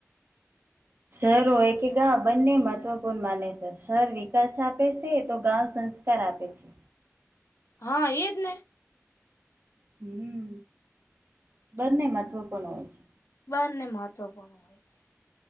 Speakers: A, on the right; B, on the left.
A: સર હોય કે, ગા બંને મહત્વપૂર્ણ માને છે, સર વિકાસ આપે છે, તો ગાં સ કરી આપે છે.
B: હા, એજ ને.
A: હમ, બધાને મહત્વપૂર્ણ હોય છે.
B: બંધા ને મહત્વપૂર્ણ. હોય છે.